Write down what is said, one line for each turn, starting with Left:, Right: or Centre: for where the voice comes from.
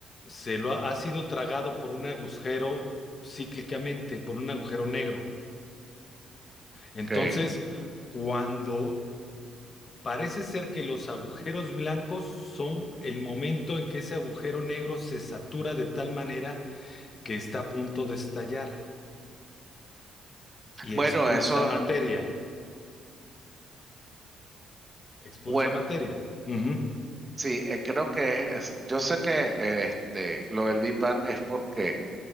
Left: se lo ha, ha sido tragado por un agujero cíclicamente, por un agujero negro. Entonces,
Right: ok.
Left: cuando Parece ser que los agujeros blancos son el momento en que ese agujero negro se satura de tal manera que está a punto de estallar y
Right: Bueno,
Left: expulsa
Right: eso,
Left: materia. Expulsa
Right: bueno,
Left: materia. Ujú.
Right: sí, eh, creo que es, es- yo sé que eh, este, lo del Big Bang es porque